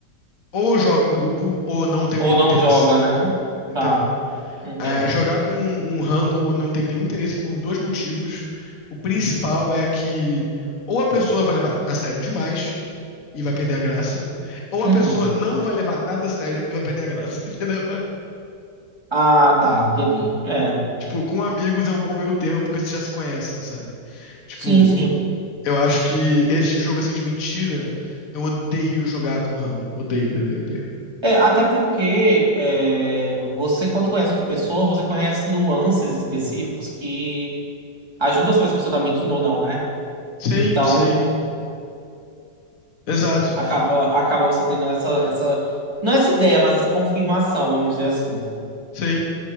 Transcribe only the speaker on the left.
ou eu jogo em grupo ou eu não tenho
nenhum
interesse,
entendeu?
É, jogar com um handle eu não tenho nenhum interesse por dois motivos. O principal é que ou a pessoa vai levar a sério demais e vai perder a graça, ou
a pessoa não vai levar nada a sério e vai perder a graça, <laughs> entendeu?
Tipo, com amigos é um bom meio termo porque vocês já se conhecem, sabe? Tipo,
eu acho que esse tipo de jogo assim de mentira, eu odeio jogar com handle. Odeio, odeio, odeio, odeio.
Sim,
sim. Exato.
Sim.